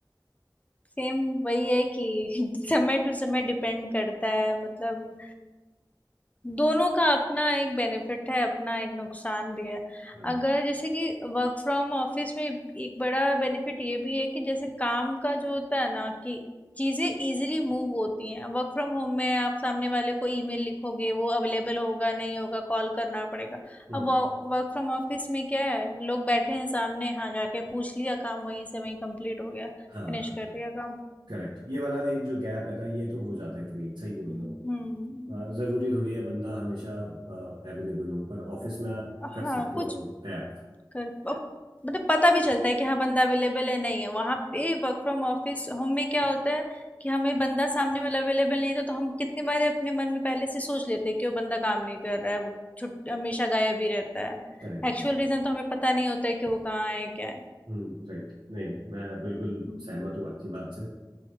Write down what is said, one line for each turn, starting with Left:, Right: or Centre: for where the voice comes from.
Left: सेम वही है कि <laughs> समय टू समय डिपेंड करता है मतलब दोनों का अपना एक बेनिफिट है अपना एक नुकसान भी है
Right: हाँ
Left: अगर जैसे कि वर्क फ्रॉम ऑफिस में एक बड़ा बेनिफिट ये भी है कि जैसे काम का जो होता है ना कि चीज़ें इजीली मूव होती हैं वर्क फ्रॉम होम में आप सामने वाले को ईमेल लिखोगे वो अवेलेबल होगा नहीं होगा कॉल करना पड़ेगा
Right: हम्म
Left: अब वर्क फ्रॉम ऑफिस में क्या है लोग बैठे हैं सामने हाँ जाके पूछ लिया काम वहीं से वहीं कंप्लीट हो गया
Right: हाँ
Left: फिनिश कर दिया काम
Right: करेक्ट ये वाला एक जो गैप रहता है ये तो हो जाता है क्रिएट सही बोल
Left: हम्म
Right: रहे हो अ, जरूरी थोड़ी है बंदा हमेशा अवेलेबल हो पर ऑफिस में आप कर
Left: हाँ
Right: सकते
Left: कुछ
Right: हो टैप
Left: कर अब मतलब पता भी चलता है कि हाँ बंदा अवेलेबल है नहीं है वहां पे वर्क फ्रॉम ऑफिस होम में क्या होता है कि हमें बंदा सामने वाला अवेलेबल नहीं था तो तो हम कितनी बार अपने मन में पहले से सोच लेते हैं कि वो बंदा काम नहीं कर रहा है वो छुट हमेशा गायब ही रहता है
Right: Correct
Left: एक्चुअल
Right: correct
Left: रीजन तो हमें पता नहीं होता है कि वो कहाँ है क्या है
Right: हम्म राइट नहीं मैं बिल्कुल
Left: हम्म
Right: सहमत हूँ आपकी बात से